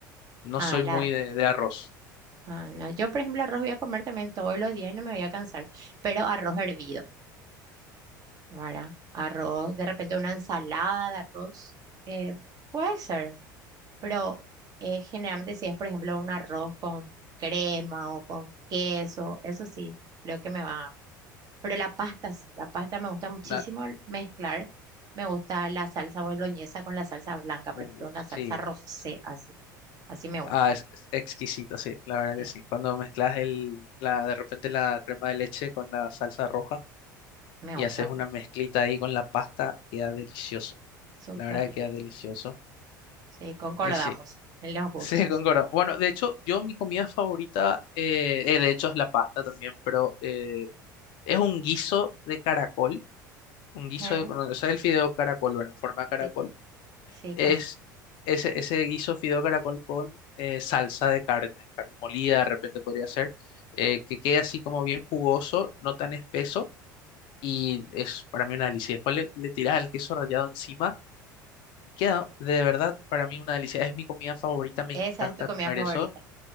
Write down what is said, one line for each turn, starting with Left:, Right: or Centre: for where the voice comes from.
Left: No
Right: Ah,
Left: soy
Right: el
Left: muy
Right: arroz.
Left: de, de arroz.
Right: Ah, no, yo por ejemplo arroz voy a comer también todos los días y no me voy a cansar, pero arroz hervido, ¿verdad? Arroz, de repente una ensalada de arroz, eh, puede ser, pero eh, generalmente si es por ejemplo un arroz con crema o con queso, eso sí, creo que me va. Pero la pasta sí, la pasta me gusta muchísimo
Left: Na-
Right: mezclar. Me gusta la salsa boloñesa con la salsa blanca, por
Left: uh,
Right: ejemplo, una salsa
Left: sí,
Right: rosé,
Left: sí.
Right: así. Así me gusta.
Left: Ah, es, es exquisito, sí, la verdad
Right: Sí,
Left: que sí. Cuando mezclas el, la, de repente la crema de leche con la salsa roja.
Right: me
Left: y
Right: gusta
Left: haces
Right: mucho.
Left: una mezclita ahí con la pasta, queda delicioso.
Right: Súper
Left: La verdad que
Right: rico.
Left: queda delicioso.
Right: Sí, concordamos
Left: Y sí,
Right: en
Left: <laughs>
Right: los gustos.
Left: sí, concuerdo. Bueno, de hecho, yo mi comida favorita, eh, eh, de hecho, es la pasta también, pero eh, es un guiso de caracol, un guiso
Right: Eh,
Left: de, con- o sea, el fideo caracol, ¿verdad? En forma de caracol.
Right: Sí, sí,
Left: Es
Right: conozco.
Left: ese, ese guiso fideo caracol con eh, salsa de carne, carne molida de repente podría ser, eh, que quede así como bien jugoso, no tan espeso, y es para mí una delicia. Después le, le tirás el queso rallado encima Queda de verdad para mí una delicia. Es mi comida favorita, me
Right: Esa
Left: encanta
Right: es tu comida
Left: comer
Right: favorita.
Left: eso.